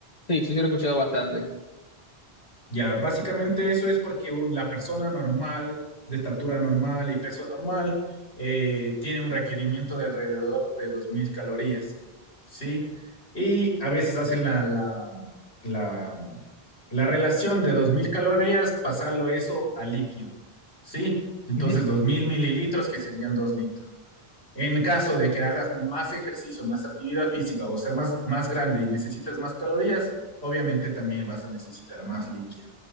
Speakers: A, on the left (about 40°); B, on the left (about 90°).
A: Sí, sí, sí, lo he escuchado bastante.
B: Ya, básicamente eso es porque un- la persona normal, de estatura normal y peso normal, eh, tiene un requerimiento de alrededor de 2.000 calorías, ¿sí? Y a veces hacen la, la, la, la relación de 2.000 calorías, pasarlo eso a líquido, ¿sí? Entonces
A: Ujú,
B: 2.000 mililitros, que serían 2 litros. En caso de que hagas más ejercicio, más actividad física, o sea, más, más grande y necesitas más calorías, obviamente también vas a necesitar más líquido.